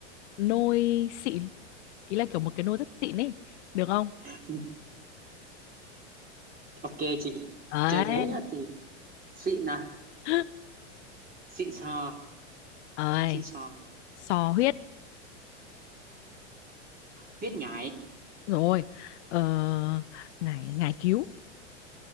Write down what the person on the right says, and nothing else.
<laughs> ok chị
trời thế nữa thì xịn à
xịn sò
xịn sò
Khuyết ngại